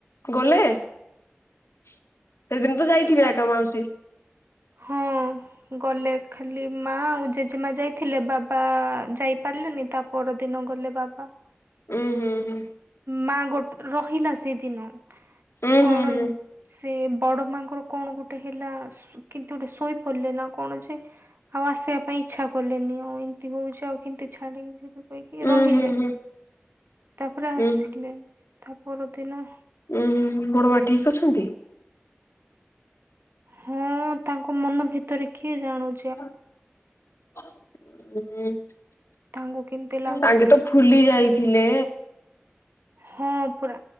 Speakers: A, on the left (about 90°); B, on the right (about 65°).
A: ଗଲେ ସେଦିନ ତ ଯାଇଥିବେ
B: ତା
A: ଏକା ମାଉସୀ।
B: ହଁ ଗଲେଖ ଖାଲି ମା ଆଉ ଜେଜେମା ଯାଇଥିଲେ ବାବା ଯାଇପାରିଲେନି ତା ପରଦିନ ଗଲେ ବାବା।
A: ଉୁଁ ହୁଁ ହୁଁ।
B: ମା ଗୋଟେ ରହିଲା ସେଦିନ
A: ଉଁ
B: କଣ
A: ହୁଁ ହୁଁ।
B: ସେ ବଡ ମାଙ୍କର କଣ ଗୋଟେ ହେଲା କିମତି ଗୋଟେ ଶୋଇ ପଡ଼ିଲେ ନା। କଣଛ ଆଉ ଆସିବା ପାଇଁ ଇଚ୍ଛା କଲେନି ଆଉ ଏମିତି ହଉଛି ଆଉ କେମିତି ଛାଡିକି ସେ କହିକି
A: ଉଁ
B: ରହିଲେ।
A: ହୁଁ ହୁଁ
B: ପ୍ରା
A: ଉଁ
B: ଆସିଲେ
A: ହୁଁ
B: ତା ପରଦିନ।
A: ଉଁ ବଡ ମା ଠିକ ଅଛନ୍ତି?
B: ହଁ ତାଙ୍କ ମନ ଭିତରେ କିଏଜାଣ
A: <unintelligible>
B: ତାଙ୍କୁ କେମିତି ଲାଗୁଥିବ।
A: ଆଗେତ ଫୁଲି ଯାଇଥିଲେ।
B: ହଁ ପରା